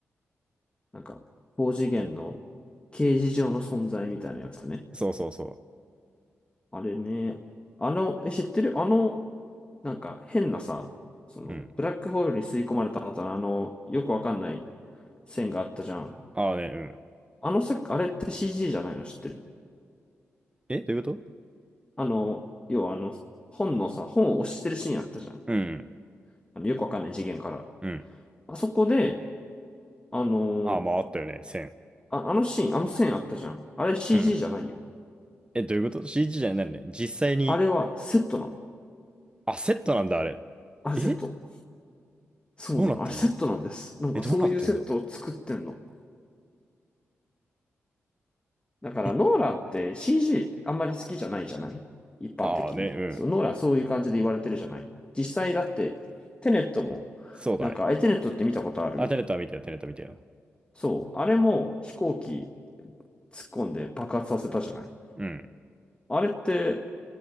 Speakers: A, on the left (about 20°); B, on the right (about 20°).
A: なんか、高次元の形而上の存在みたいなやつね。
B: う。そうそうそ
A: あれね。あの、え、知ってるあの、なんか変なさ、その、
B: う。うん。
A: ブラックホールに吸い込まれた後のあの、よくわかんない線があったじゃん。
B: ああね、うん。
A: あのせ、あれって CG じゃないの知ってる
B: え、どういうこと
A: あの、要はあの、本のさ、本を押してるシーンあったじゃん。
B: うん、
A: あの、よくわかんない次元から。
B: うん。
A: あそこで、あの
B: ああ、まああったよね、線。
A: あ、あのシーン、あの線あったじゃん。あれ CG
B: うん。
A: じゃないよ。
B: え、どういうこと ?CG じゃないんだね。実際に、
A: あれはセットなの。
B: あ、セットなんだ、あれ。
A: あれセット。
B: え
A: そうなの。
B: どうなってんの
A: あれセットなんです。なんかそういうセットを作ってんの。
B: え、どうなってんの
A: だからノーランって
B: え、
A: CG あんまり好きじゃないじゃない一般的に。
B: ああね、うん。
A: そう、ノーランそういう感じで言われてるじゃない実際だってテネットも、
B: そうだね。
A: なんか、え、テネットって見たことある
B: あ、テネットは見たよ、テネット見たよ。
A: そう。あれも飛行機突っ込んで爆発させたじゃない
B: うん。
A: あれって、